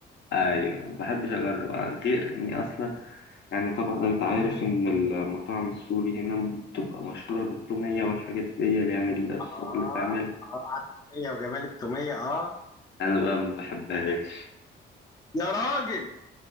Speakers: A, on the left; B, on the left.
A: ايوه ما بحبش اجرب غير اني اصلا يعني طبعا انت عارف ان المطاعم السوري هنا بتبقى مشهوره بالتوميه والحاجات دي يعني الصوص
B: اه
A: اللي بتعمل
B: اه على التوميه وجمال التوميه اه
A: انا بقى ما بحبهاش
B: يا راجل